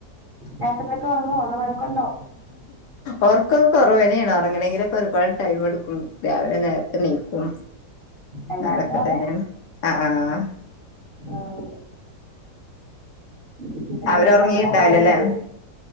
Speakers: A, on the right (about 35°); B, on the left (about 70°).
A: രാത്രീലൊക്കെ ഉറങ്ങേഅതോ വഴക്കുണ്ടോ
B: ഒർക്കൊക്കെ കൊറവന്നെണ്. ഒർങ്ങണെങ്കിലൊക്കെ ഒരുപാട് ടൈംമ്ട്ക്കും രാവിലെ നേരത്തെ നീക്കും
A: എല്ലായിടത്തും
B: അതൊക്കെ തന്നേണ് അ ആഹ്
A: ആഹ് പിന്നെ
B: അവര് ഒറങ്ങിണ്ടാവിലല്ലേ
A: നമ്മള ആ കാര്യങ്ങളൊക്കെ